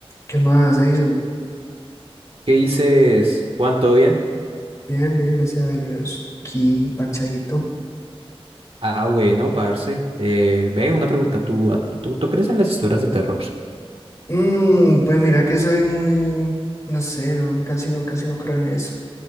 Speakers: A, on the left (about 30°); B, on the right (about 70°).
A: ¿Qué más, Edison?
B: ¿Qué dices, Juan? ¿Todo bien?
A: Bien, bien, gracias a Dios. Aquí, parchadito.
B: Ah, bueno, parce. Eh, ve, una pregunta. ¿Tú, a- tú, tú crees en las historias de terror?
A: Mm, pues mira que soy muy, no sé, no, casi no, casi no creo en eso.